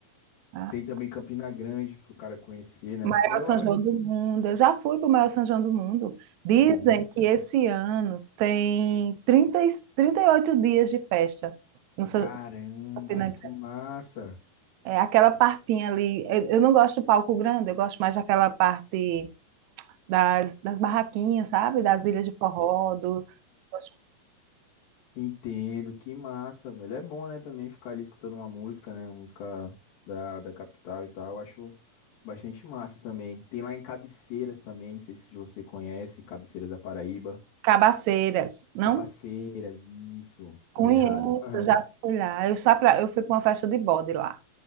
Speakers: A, on the right; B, on the left.
A: Tá?
B: Tem também Campina Grande para o cara conhecer, né?
A: Maior
B: Eu
A: São
B: acho.
A: João do mundo. Eu já fui para o maior São João do mundo. Dizem
B: Isso.
A: que esse ano tem trinta e- trinta e oito dias de festa no São
B: Caramba,
A: Campina Grande.
B: que massa!
A: É aquela partinha ali. Eu, eu não gosto do palco grande, eu gosto mais daquela parte. das, das barraquinhas, sabe? Das ilhas de forró, do, das
B: Entendo, que massa, velho. É bom, né, também ficar ali escutando uma música, né, uma música da, da capital e tal. Eu acho bastante massa também. Tem lá em Cabeceiras também, não sei se você conhece, Cabeceiras da Paraíba.
A: cabaceiras, não?
B: Cabaceiras, isso, falei
A: Conheço,
B: errado.
A: já
B: <laughs>
A: fui lá. Eu, só pra, eu fui para uma festa de bode lá,